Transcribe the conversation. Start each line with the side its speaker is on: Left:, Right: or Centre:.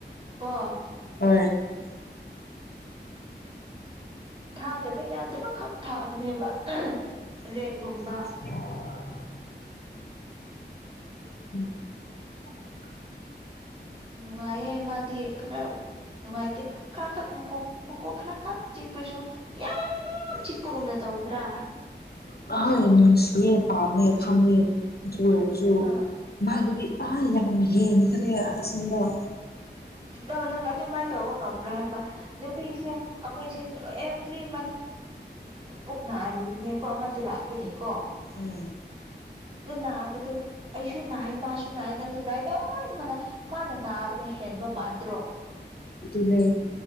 Right: ꯍ
Left: ꯍꯣꯏ
Right: ꯌꯥꯗꯕ ꯌꯥꯗꯕ ꯈꯛ ꯊꯥꯕꯅꯦꯕ ꯔꯦꯟꯒꯨꯝꯕ
Left: ꯎꯝ <inaudible>
Right: ꯅꯨꯡꯉꯥꯏꯌꯦ ꯃꯥꯗꯤ ꯈꯔ ꯅꯨꯡꯥꯏꯇꯦ ꯈꯔꯥ ꯈꯛ ꯣꯛ ꯃꯀꯣꯛ ꯈꯔ ꯈꯛ ꯆꯤꯛꯄꯁꯨ ꯌꯥꯝ ꯆꯤꯛꯄꯒꯨꯝꯅ ꯇꯧꯒꯗ꯭ꯔꯥ
Left: ꯑ ꯁꯤ ꯄꯝꯃꯦ ꯈꯪꯉꯦ ꯁꯨ
Right: ꯑꯥ ꯈꯪ
Left: ꯃꯒꯤꯗꯤ ꯑ ꯍꯦꯟ ꯈꯔꯦ ꯑꯁꯤꯃꯕ
Right: ꯑꯪ ꯅꯪ ꯑꯗꯨꯃꯥꯏꯅ ꯇꯧꯕ ꯉꯝꯕ꯭ꯔꯥ ꯍꯥꯏꯕ ꯑꯗꯨ ꯅꯨꯄꯤ ꯁꯦ ꯑꯩꯈꯣꯏꯁꯦ ꯑꯦꯚ꯭ꯔꯤ ꯃꯟ ꯄꯨꯛ ꯅꯔꯤꯕꯅꯦꯕꯀꯣ ꯑꯃꯗꯣ ꯂꯥꯛꯄꯅꯦꯀꯣ
Left: ꯎꯝ
Right: ꯑꯗꯨ ꯅꯥꯕꯗꯣ ꯑꯩꯁꯨ ꯅꯥꯏ ꯃꯥꯁꯨ ꯅꯥꯏ ꯅꯪꯁꯨ ꯅꯥꯏ ꯂꯣꯏ ꯃꯅꯩ ꯃꯥꯅ ꯅꯥꯕꯅ ꯍꯦꯟꯕ ꯃꯥꯟꯗ꯭ꯔꯣ
Left: ꯑꯗꯨꯅꯦ